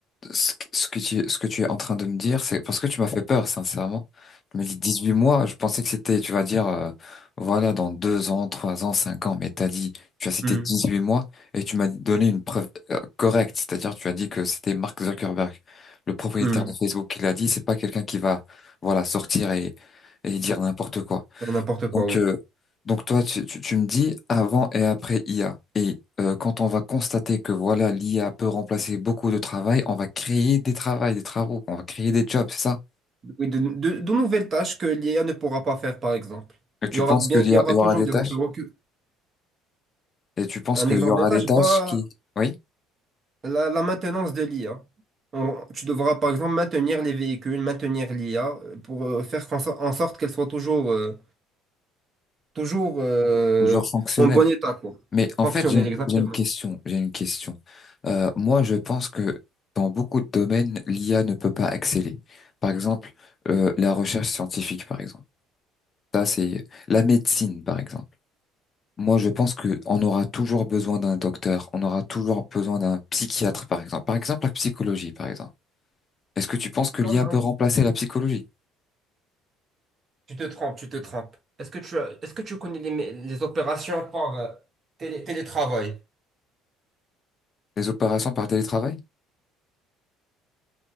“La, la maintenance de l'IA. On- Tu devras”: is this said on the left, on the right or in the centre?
Right